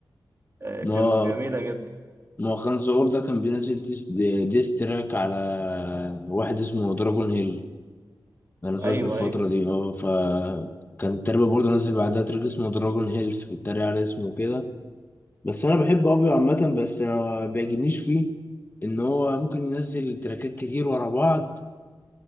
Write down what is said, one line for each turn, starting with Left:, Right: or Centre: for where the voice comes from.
Right: آه،
Left: ما
Right: كانت جميله جدا
Left: ما خان زقور ده كان بينزل ديس, ديس تراك على واحد اسمه دراجون هيل انا فاكر
Right: ايوه
Left: الفترة
Right: ايوه
Left: دي اه ف كان تقريبا برضه نزل بعدها تراك اسمه دراجون هيل بيتريق على اسمه كده بس انا بحب ابيو عامة بس أنا ما بيعجبنيش فيه ان هو ممكن ينزل تراكات كتير ورا بعض